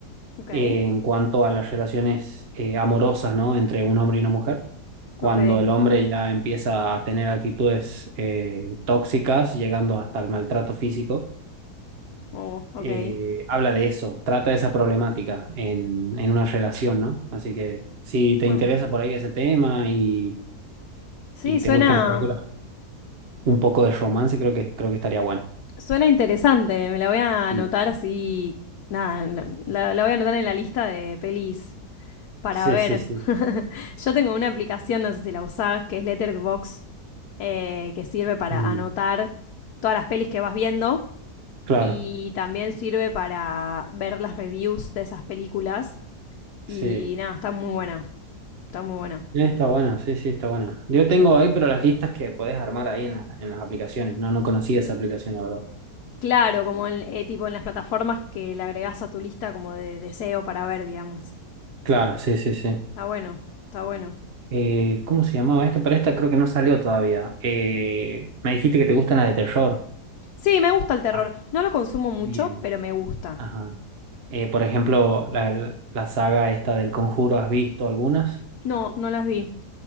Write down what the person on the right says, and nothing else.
eh, en cuanto a las relaciones eh, amorosas, ¿no? Entre un hombre y una mujer. Cuando
el hombre ya empieza a tener actitudes eh, tóxicas, llegando hasta el maltrato físico,
eh, habla de eso, trata de esa problemática en, en una relación, ¿no? Así que si te
interesa por ahí ese tema y,
y
te gustan las películas, un poco de romance, creo que, creo que estaría bueno.
Mm.
Sí,
sí, sí.
Mm,
claro.
Sí,
Eh, está buena, sí, sí, está buena. Yo tengo
ahí, pero las listas que podés armar ahí en, la- en las aplicaciones. No, no conocía esa aplicación, la verdad.
Claro, sí, sí, sí.
Eh, ¿cómo se llamaba esta? Pero esta creo que no salió todavía. Eh, me dijiste que te gustan las de terror.
Ah,
bien.
Ajá. Eh, por ejemplo, la, la saga esta del Conjuro, ¿has visto algunas?